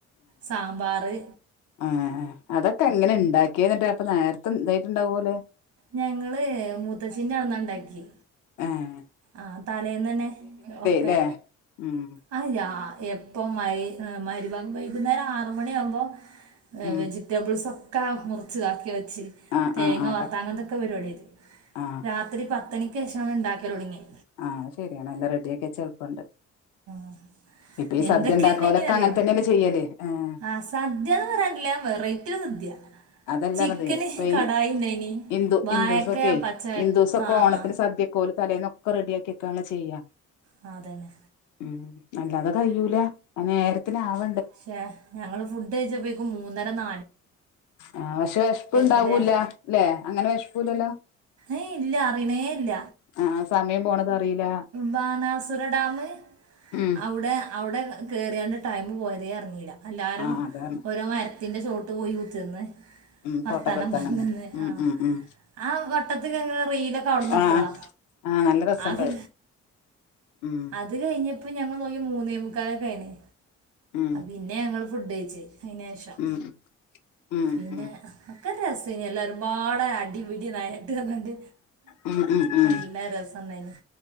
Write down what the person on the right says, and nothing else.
സാമ്പാറ്
ഞങ്ങള് മൂത്തചിന്റെ അവിട്ന്ന ഉണ്ടാക്കി
ആ തലേന്ന് തന്നെ ഒക്കെ
അ രാ എപ്പൊ മ മരിബാഗ് വൈകുന്നേരം ആറ് മണി ആകുമ്പോ
വെജിറ്റബിൾസൊക്കെ മുറച്ച്താക്കി വെച്ച്
തേങ്ങ
വർത്താങ്ങതൊക്കെ
പരിപാടിയത്
രാത്രി പത്തണിക്ക് ശേഷമാണ് ഉണ്ടാക്കൽ തുടുങ്ങിയ
<inaudible>
എന്തൊക്കെയുണ്ട
ഇനിന്ന് അറിയോ
ആ സദ്യന്ന് പറയാനില്ല വെറൈറ്റിയൊരു സദ്യ
ചിക്കന്
കടായി
ഉണ്ടായിനി
വായക്ക
പച്ച
ആ
ആ
ആ, അതന്നെ
പക്ഷെ ഞങ്ങള് ഫുഡ് കഴിച്ചപ്പോക്കു മൂന്നര ന
മറ്റേ
ഏ ഇല്ല അറിയണേ ഇല്ല
ബാനാസുര ഡാം
അവിടെ അവിടെ കേറിയാണ്ട് ടൈമ് പോയതേ അറിഞ്ഞില്ല എല്ലാവാരും
ഓരോ മര ത്തിന്റെ ചോട്ട് പോയി കുത്തിർന്ന്
വർത്താനം
പറഞ്ഞന്ന്
ആഹ്
ആ പട്ടത്തക്ക റീലൊക്കെ അവിടന്ന് എടുത്തതാ
അതൊ
അത് കഴിഞ്ഞ അപ്പൊ ഞങ്ങൾ നോക്കി മൂന്നേമക്കാലൊക്കെയിന്
പിന്നെ ഞങ്ങള് ഫുഡ് കഴ്ച്ച് അയിന് ശേഷം
പിന്നെ
ഒക്കെ രസെനു എല്ലാവരുപാടെ അടിപിടി ന ണ്ട്
നല്ല രസണ്ടായിന്നു